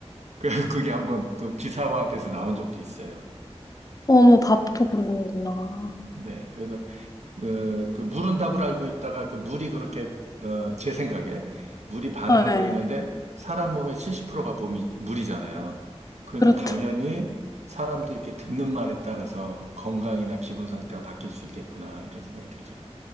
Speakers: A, on the right (about 85°); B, on the left (about 30°).
A: 그, 그게 한번 그 기사화돼서 나온 적도 있어요.
B: 어머, 밥도 그러는구나.
A: 네. 그래서, 그, 그 물은 답을 알고 있다가 그 물이 그렇게, 어, 제 생각에 물이 반응을
B: 네,
A: 보이는데 사람 몸의 70%가 몸이, 물이잖아요. 그러니까
B: 그렇죠.
A: 당연히 사람도 이렇게 듣는 말에 따라서 건강이나 기분 상태가 바뀔 수 있겠구나, 이런 생각이 들죠.